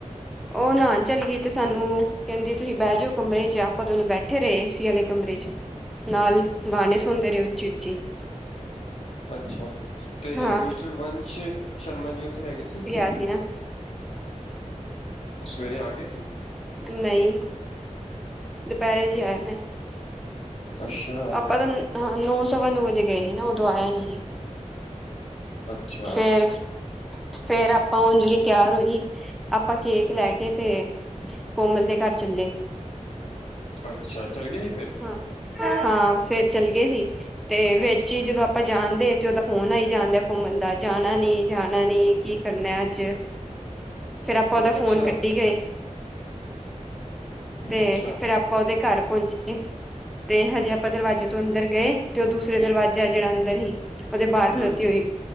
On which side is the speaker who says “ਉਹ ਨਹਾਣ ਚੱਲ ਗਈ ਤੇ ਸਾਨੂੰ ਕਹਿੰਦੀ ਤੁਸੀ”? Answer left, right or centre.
Centre